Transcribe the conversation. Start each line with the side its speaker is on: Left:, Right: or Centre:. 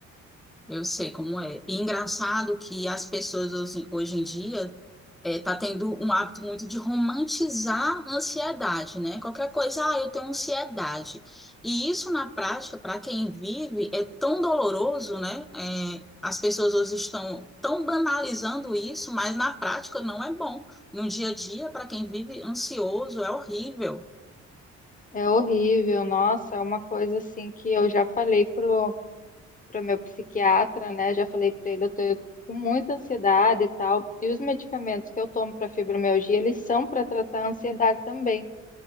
Centre: Eu sei como é. E engraçado que as pessoas hoje, hoje em dia é, tá tendo um hábito muito de romantizar a ansiedade, né? Qualquer coisa, ah, eu tenho ansiedade. E isso na prática, para quem vive, é tão doloroso, né? É, as pessoas hoje estão tão banalizando isso, mas na prática não é bom. No dia a dia, para quem vive ansioso, é horrível.
Left: É horrível, nossa, é uma coisa assim que eu já falei pro, pro meu psiquiatra, né? Já falei pra ele, eu tô com muita ansiedade e tal. E os medicamentos que eu tomo para fibromialgia, eles são para tratar a ansiedade também.